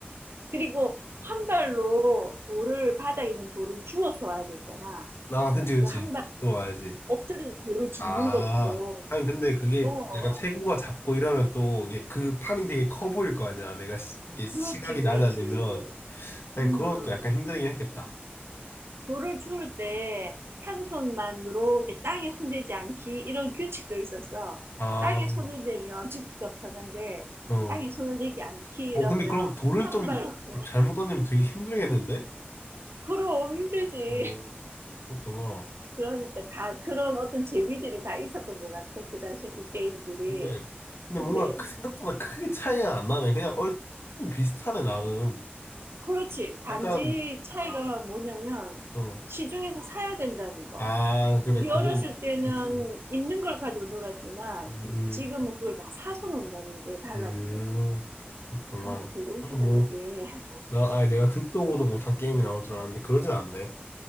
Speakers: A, on the right (about 75°); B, on the left (about 80°).
A: 그리고 한 발로 돌을 바닥에 있는 돌을 주워서 와야 되잖아.
B: 아, 그치,
A: 그
B: 그치.
A: 한 발
B: 좋아야지.
A: 엎드려 돌을 줍는
B: 아,
A: 것도
B: 하긴 근데 그게
A: 어
B: 약간 체구가 작고 이러면 또 이게 그 판이 되게 커 보일 거 아니야. 내가 시, 이게 시각이
A: 그렇지 그렇지.
B: 낮아지면. 하긴
A: 음.
B: 그건
A: 음.
B: 또 약간 힘들긴 했겠다.
A: 돌을 주울 때 한 손만 이렇게 땅에 손대지 않기 이런 규칙도 있었어.
B: 아,
A: 땅에 손을 대면 죽기가 편한데
B: 응.
A: 땅에 손을 대지 않기 이러면
B: 어, 근데 그럼 돌을
A: 한
B: 좀
A: 발로 <laughs>
B: 잘못 던지면 되게 힘들겠는데?
A: 그럼 힘들지.
B: 어, 그렇구나.
A: 그러니까 다 그런 어떤 재미들이 다 있었던 것 같아. 그 당시 그 게임들이.
B: 근데, 근데
A: 근데
B: 뭔가 그 생각보다 크게 차이가 안 나네. 그냥 얼 비슷하네, 나름.
A: 그렇지. 단지
B: 약간,
A: 차이가 뭐냐면
B: 어.
A: 시중에서 사야 된다는 거.
B: 아, 그래,
A: 우리
B: 그건,
A: 어렸을 때는
B: 그치.
A: 있는 걸 가지고 놀았지만
B: 음,
A: 지금은 그걸 다 사서 논다는 게 달라진
B: 음,
A: 거지.
B: 그렇구나.
A: 어, 되게 웃기다,
B: 아, 뭐,
A: 그지? <laughs>
B: 나, 아 내가 듣도 보도 못한 게임이 나올 줄 알았는데, 그러진 않네.